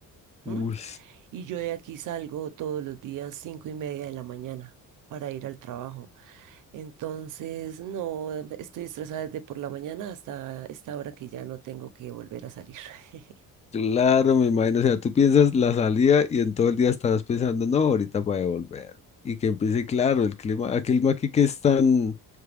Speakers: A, on the left; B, on the right.
A: Uy,
B: ¿m? Y yo de aquí salgo todos los días cinco y media de la mañana para ir al trabajo. Entonces, no, em, estoy estresada desde por la mañana hasta esta hora que ya no tengo que volver a salir. <laughs>
A: claro, me imagino. O sea, tú piensas la salida y en todo el día estarás pensando, no, ahorita para devolver. Y que empiece, claro, el clima, el clima aquí que es tan